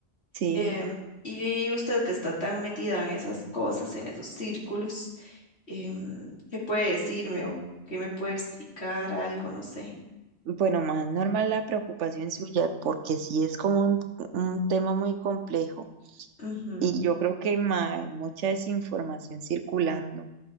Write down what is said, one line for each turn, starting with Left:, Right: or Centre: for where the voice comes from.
Right: Sí.
Left: Em, y usted que está tan metida en esas cosas, en esos círculos, em, ¿qué puede decirme o qué me puede explicar algo? No sé.
Right: Bueno, más normal la preocupación suya, porque sí es como un, un tema muy complejo.
Left: Ujú,
Right: Y yo creo que mae, hay mucha desinformación circulando.